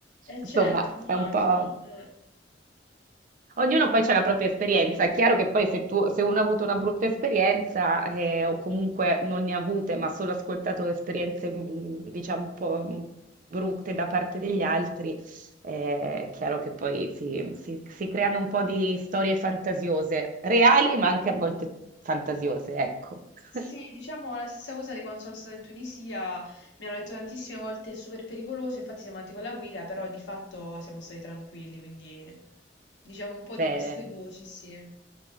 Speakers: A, on the left; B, on the right.
A: Eh certo,
B: Insomma,
A: immagino.
B: è un po'...
A: Eh.
B: Ognuno
A: Infatti
B: poi ha la propria esperienza. È chiaro che poi se, tu, se uno ha avuto una brutta esperienza eh, o comunque non ne ha avute, ma solo ascoltato esperienze, mm, diciamo, un po' mm, brutte da parte degli altri, eh, è chiaro che poi si, si- si creano un po' di storie fantasiose, reali, ma anche a volte fantasiose, ecco. <laughs>
A: Sì, diciamo la stessa cosa di quando sono stata in Tunisia, mi hanno detto tantissime volte è super pericoloso, infatti siamo andati con la guida, però di fatto siamo stati tranquilli, quindi diciamo un po' di
B: Bene.
A: queste voci, sì.